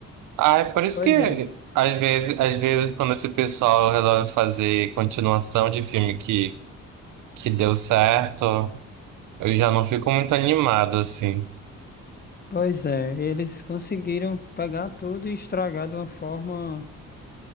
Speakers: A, on the right; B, on the left.
A: Ah, é por isso
B: Pois
A: que
B: é,
A: às vezes, às vezes quando esse pessoal resolve fazer continuação de filme que, que deu certo, eu já não fico muito animado, assim.
B: pois é. Eles conseguiram pegar tudo e estragar de uma forma